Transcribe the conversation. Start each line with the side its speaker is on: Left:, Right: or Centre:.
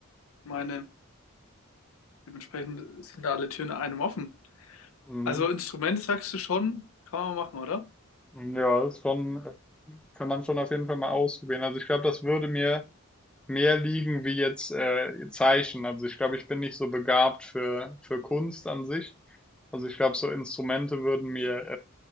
Left: meine, dementsprechend sind da alle Türen einem offen.
Centre: Mhm.
Left: Also Instrumente sagst du schon, kann man machen, oder?
Centre: Ja, das ist schon, äh, kann man schon auf jeden Fall mal ausprobieren. Also ich glaube, das würde mir mehr liegen wie jetzt äh, Zeichen. Also ich glaube, ich bin nicht so begabt für, für Kunst an sich. Also ich glaube, so Instrumente würden mir